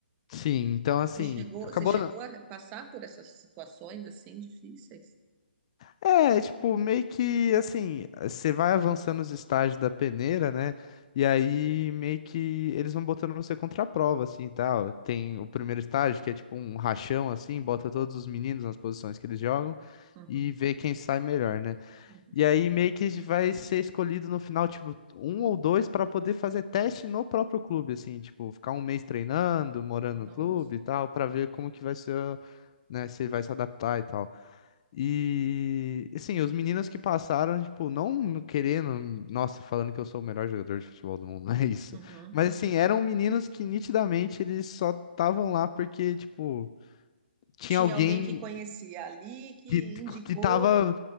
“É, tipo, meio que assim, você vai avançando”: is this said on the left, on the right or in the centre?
Left